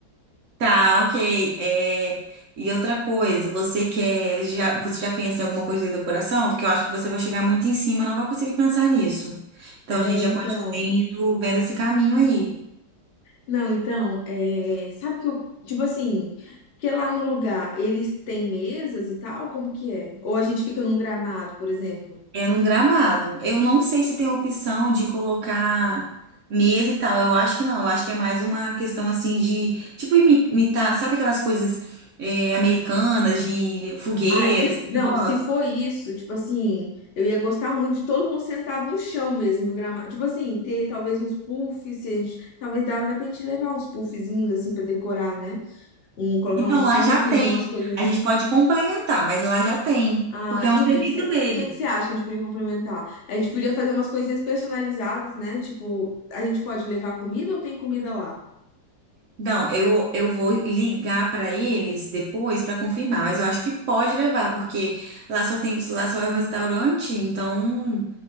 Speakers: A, on the right; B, on the left.
A: Tá, ok. É, E outra coisa, você quer, já, você já pensa em alguma coisa de decoração? Porque eu acho que você vai chegar muito em cima, não vai conseguir pensar nisso. Então
B: É,
A: a gente
B: então.
A: já pode também ir do- vendo esse caminho aí.
B: Não, então, é, sabe que eu, tipo assim, que lá no lugar eles têm mesas e tal, como que é? Ou a gente fica num gramado, por exemplo?
A: É num gramado. Eu não sei se tem opção de colocar mesa e tal. Eu acho que não. Eu acho que é mais uma questão assim de, tipo, imi- imitar, sabe aquelas coisas eh, americanas de fogueira,
B: Ai, se,
A: esse
B: não,
A: negócio?
B: se for isso, tipo assim, eu ia gostar muito de todo mundo sentado no chão mesmo, do gramado. Tipo assim, ter talvez uns puffs, se a gente, talvez dava até pra gente levar uns puffzinhos, assim, pra decorar, né? Um, colocar
A: Então
B: uns
A: lá
B: puffs,
A: já tem.
B: umas coisinhas.
A: A gente pode complementar, mas lá já tem,
B: Ah,
A: porque é um
B: e
A: serviço
B: o que que você, o
A: deles.
B: que que você acha que a gente podia complementar? A gente podia fazer umas coisinhas personalizadas, né? Tipo, a gente pode levar comida ou tem comida lá?
A: Não, eu, eu vou ligar para eles depois para confirmar, mas eu acho que pode levar, porque lá só tem, lá só é um restaurante, então.